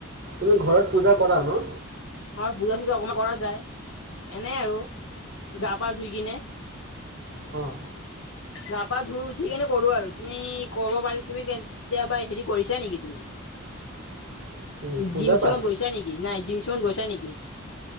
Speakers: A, on the right; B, on the left.
A: তুমি ঘৰত পূজা কৰা ন?
B: হয় বুজা চুজা অকমান কৰা যায় এনে আৰু গা পা ধুই কিনে।
A: অঁ
B: গা পা ধুই উঠি কেনে কৰো আৰু। তুমি ক'ব পাৰি তুমি কেতিয়াবা হেৰি কৰিছা নেকি তুমি?
A: <inaudible> পূজা
B: জিম চিমত
A: পাঠ
B: গৈছা নেকি নাই জিম চিমত গৈছা নেকি?